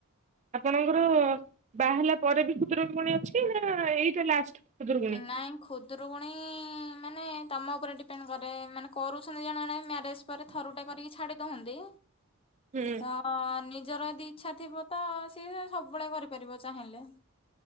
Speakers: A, on the right; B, on the left.
A: ଆପଣଙ୍କର ବାହା ହେଲା ପରେ ବି ଖୁଦୁରକୁଣୀ ଅଛି ନା ଏଇଟା ଲାଷ୍ଟ? ଖୁଦୁରୁକୁଣୀ?
B: ନାଇଁ। ଖୁଦୁରୁକୁଣୀ ମାନେ ତମ ଉପରେ ଡିପେଣ୍ଡ କରେ ମାନେ କରୁଛନ୍ତି ଜଣେ ଜଣେ ମା ଥରୁଟେ କରିକି ଛାଡି ଦହନ୍ତି
A: ହୁଁ।
B: ତ ଅ ନିଜର ଯଦି ଇଛା ଥିବ ତ ସିଏ ସବୁବେଳେ କରିପାରିବ ଚାହିଁଲେ।